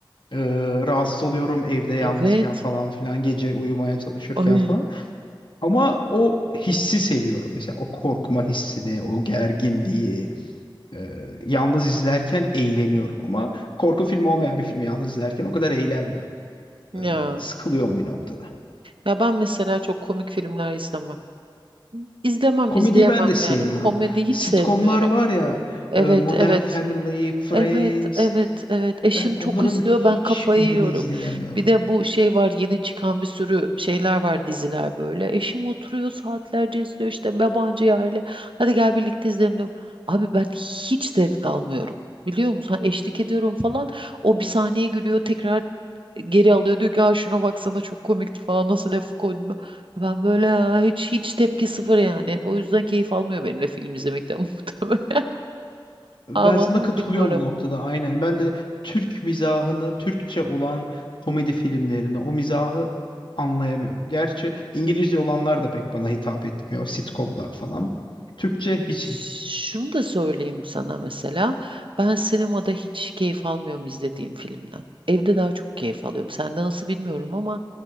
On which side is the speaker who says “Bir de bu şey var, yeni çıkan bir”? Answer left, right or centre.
Right